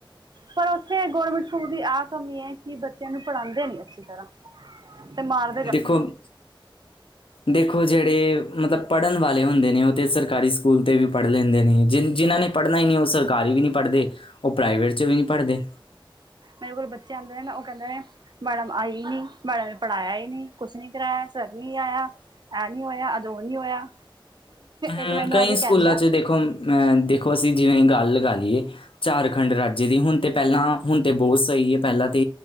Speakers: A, on the right; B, on the left.
A: ਪਰ ੳਥੇ ਗੌਰਮੈਂਟ ਸਕੂਲ ਦੀ ਆਹ ਕਮੀ ਐ ਕਿ ਬੱਚੇਆਂ ਨੂੰ ਪੜਾਂਦੇ ਨੀ ਅੱਛੀ ਤਰਾਂ। ਤੇ ਮਾਰ
B: ਦੇਖੋ ਹੁਨ ਦੇਖੋ ਜੇੜੇ ਮਤਲਬ ਪੜਨ ਵਾਲੇ ਹੁੰਦੇ ਨੇ ੳਹ ਤੇ ਸਰਕਾਰੀ ਸਕੂਲ ਤੇ ਵੀ ਪੜ ਲੈਦੇ ਨੇ ਜਿ ਜਿਨਾ ਨੇ ਪੜਨਾ ਈ ਨੀ ੳਹ ਸਰਕਾਰੀ ਵੀ ਨੀ ਪੜਦੇ ੳਹ ਪ੍ਰਾਈਵੇਟ ਚ ਵੀ ਨੀ ਪੜਦੇ।
A: ਮੇਰੇ ਕੋਲ ਬੱਚੇ ਆਦੇ ਨੇ ਨਾ ੳ ਕੈਂਦੇ ਨੇ ਮੈਡਮ ਆਈ ਈ ਨੀ, ਮੈਡਮ ਨੇ ਪੜਾਏਆ ਈ ਨੀ, ਕੁਛ ਨੀ ਕਰਾਏਆ, ਸਰ ਨੀ ਆਏਆ ਏ ਨੀ ਹੋਏਆ, ਅੱਜ ੳ ਨੀ ਹੋਏਆ।
B: ਹੂੰ
A: ਇੱਕ ਮੈਨੂੰ
B: ਕਈ
A: ਅਆ ਕੇ
B: ਸਕੂਲਾਂ
A: ਕੈਂਦਾ
B: 'ਚ ਦੇਖੋ ਅ ਦੇਖੋ ਅਸੀ ਜਿਵੇ ਗੱਲ ਲਗਾ ਲਈਏ ਝਾਰਖੰਡ ਰਾਜਏ ਦੀ, ਹੁਨ ਤੇ ਪੈਲਾ ਹੁਨ ਤੇ ਬੋਤ ਸਹੀ ਏ ਪੈਲਾ ਤੇ